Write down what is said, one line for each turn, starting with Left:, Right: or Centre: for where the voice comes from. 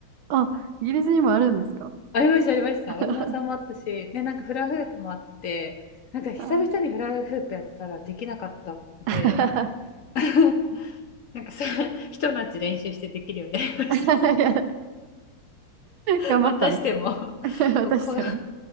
Right: あ、イギリスにもあるんですか
Left: ありました、ありました。
Right: あ
Left: お馬さんもあったし、で、なんかフラフープもあって、なんか久々にフラフープやったらできなかったので、
Right: ー <laughs>
Left: <laughs> なんかそれ、ひと夏練習してできるようになりました。
Right: いや、
Left: <laughs>
Right: 頑張ったんですね。
Left: またしても、
Right: <laughs> 私は。
Left: もうこ、